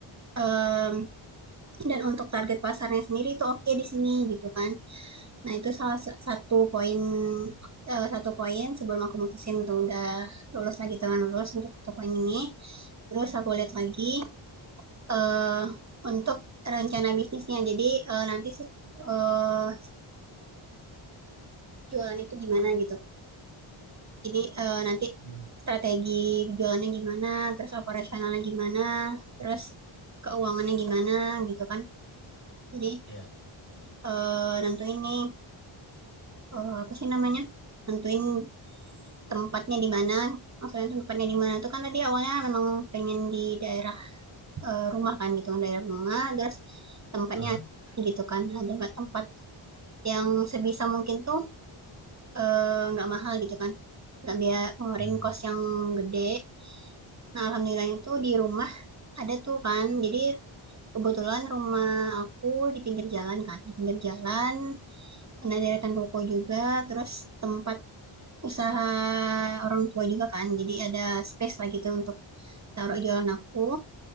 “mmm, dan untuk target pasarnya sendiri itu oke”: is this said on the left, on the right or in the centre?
Right